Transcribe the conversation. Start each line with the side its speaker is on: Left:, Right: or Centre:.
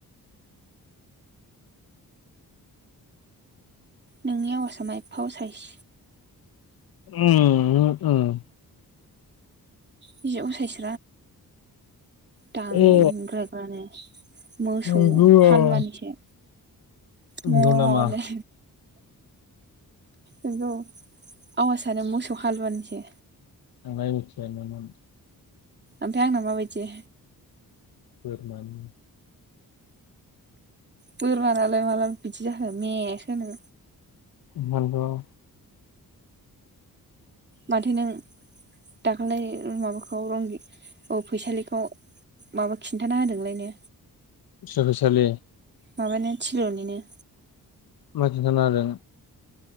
Right: नोंनि आवासा मा एफा असाइस
Left: <unintelligible> ओ
Right: बे उसायस दांग्राग्रानो
Left: ए
Right: मोसौ
Left: नंगौ अ
Right: हालुवानिसो।
Left: नंगौ
Right: म
Left: नामा
Right: लै नंगौ आवासानो मोसौ हालुवानिसो
Left: आंलाय मिथियानोमोन।
Right: ओमफाय आंना माबायदि।
Left: बोरमानि
Right: बोरमानालाय माला बिदि जाखोन मे सो होनो।
Left: मालगाव
Right: माथो नों दाखालै माबाखौ रंगि औ फैसालिखौ माबा खिन्थाना होदोंलायनो।
Left: सोर फैसालि?
Right: माबानाय थिल'निनो-
Left: मजथादों